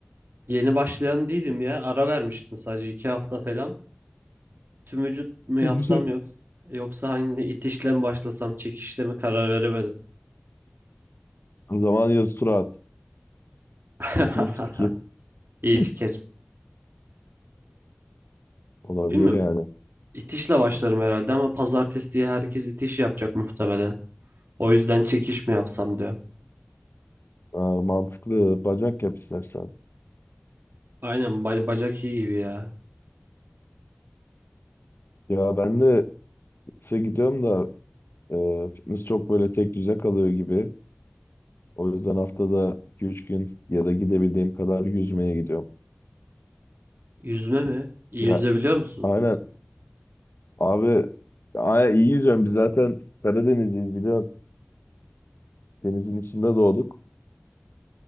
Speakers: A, on the right; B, on the left.
A: Yeni başlayan değilim ya. Ara vermiştim sadece iki hafta falan. Tüm vücut mu yapsam
B: Ha, Güzel.
A: yok. Yoksa hangi itişle mi başlasam, çekişle mi karar veremedim.
B: O zaman yazı tura at.
A: <laughs>
B: Nasıl fikir?
A: İyi
B: <laughs>
A: fikir.
B: Olabilir
A: Bilmiyorum.
B: yani.
A: İtişle başlarım herhalde ama pazartesi diye herkes itiş yapacak muhtemelen. O yüzden çekiş mi yapsam diyorum.
B: Ha, mantıklı. Bacak yap istersen.
A: Aynen ba- bacak iyi gibi ya.
B: Ya ben de fitness'e gidiyorum da e, fitness çok böyle tek düze kalıyor gibi. O yüzden haftada iki üç gün ya da gidebildiğim kadar yüzmeye gidiyorum.
A: Yüzme mi? İyi
B: Ya
A: yüzme biliyor musun?
B: aynen Abi aya iyi yüzüyorum. Biz zaten Karadenizliyiz biliyorsun. Denizin içinde doğduk.